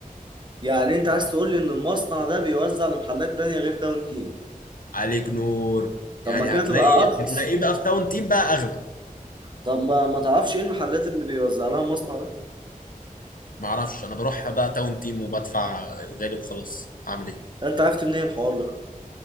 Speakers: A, on the right; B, on the left.
A: يعني انت عايز تقول لي ان المصنع ده بيوزع لمحلات تانية غير تاون تيم
B: عليك نور
A: طب
B: يعني
A: ما كده
B: هتلاقي
A: تبقى ارخص
B: هتلاقيه بقى في تاون تيم بقى اغلى
A: طب ما ما تعرفش ايه المحلات اللي بيوزع لها المصنع ده
B: معرفش انا بروح بقى تاون تيم وبدفع الغالي وخلاص هعمل ايه
A: انت عرفت منين الحوار ده